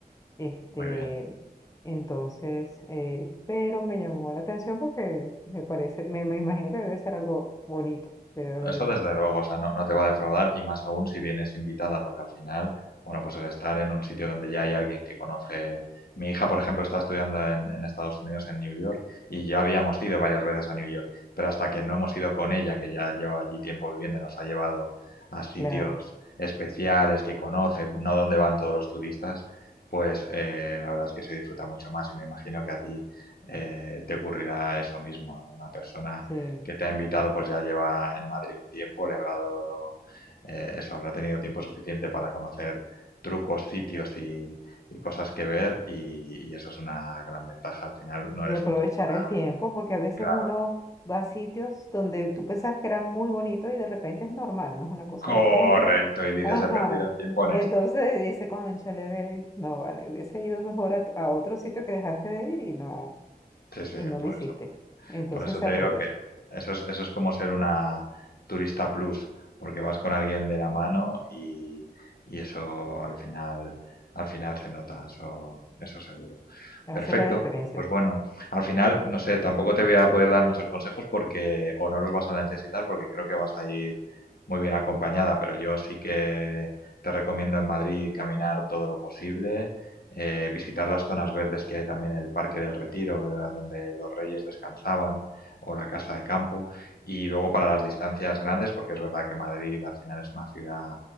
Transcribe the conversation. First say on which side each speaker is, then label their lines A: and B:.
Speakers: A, on the left (about 20°); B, on the left (about 70°).
A: Este,
B: Muy bien.
A: entonces, eh, pero me llamó la atención porque me parece, me, me imagino que debe ser algo bonito, debe haber,
B: Eso desde luego, o sea, no, no te va a defraudar y más aún si vienes invitada, porque al final, bueno, pues el estar en un sitio donde ya hay alguien que conoce. Mi hija, por ejemplo, está estudiando en, en Estados Unidos, en New York, y ya habíamos ido varias veces a New York, pero hasta que no hemos ido con ella, que ya lleva allí tiempo viviendo, y nos ha llevado a sitios
A: claro,
B: especiales que conoce, no donde van todos los turistas, pues eh, la verdad es que se disfruta mucho más y me imagino que a ti eh, te ocurrirá eso mismo, una persona
A: sí.
B: que te ha invitado, pues ya lleva en Madrid un tiempo, le habrá dado, eh, eso, habrá tenido tiempo suficiente para conocer trucos, sitios y, y cosas que ver, y, y eso es una gran ventaja. Al final no
A: Y
B: eres
A: aprovechar
B: un turista,
A: el tiempo porque a veces
B: claro,
A: uno va a sitios donde tú pensabas que era muy bonito y de repente es normal, no es una cosa
B: correcto,
A: del otro mundo.
B: y dices,
A: Ajá.
B: he perdido el tiempo en
A: Entonces
B: esto.
A: dice, cónchale, ve, no vale, hubiese ido mejor a, a otro sitio que dejaste de ir y no,
B: Sí, sí,
A: y no
B: por
A: lo hiciste.
B: eso, por eso.
A: Entonces
B: Por eso
A: se
B: te
A: aprovecha,
B: digo que eso es, eso es como ser una turista plus, porque vas con alguien de la mano y, y eso al final, al final se nota, eso, eso seguro.
A: hace
B: Perfecto.
A: la diferencia.
B: Pues bueno, al final, no sé, tampoco te voy a poder dar muchos consejos porque, o no los vas a necesitar porque creo que vas a ir muy bien acompañada, pero yo sí que te recomiendo en Madrid caminar todo lo posible, eh, visitar las zonas verdes que hay también, el Parque del Retiro, ¿verdad? donde los reyes descansaban, o la Casa de Campo, y luego para las distancias grandes, porque es verdad que Madrid al final es una ciudad